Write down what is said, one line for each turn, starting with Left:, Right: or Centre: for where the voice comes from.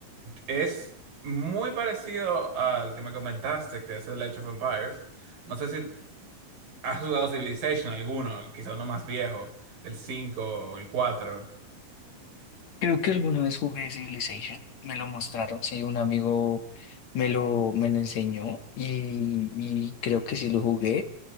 Right: Es muy parecido al que me comentaste, que es el Age of Empires. No sé si has jugado Civilization alguno, quizá uno más viejo, el 5 o el cuatro
Left: Creo que alguna vez jugué Civilization, me lo mostraron, sí, un amigo me lo, me lo enseñó y, y creo que sí lo jugué,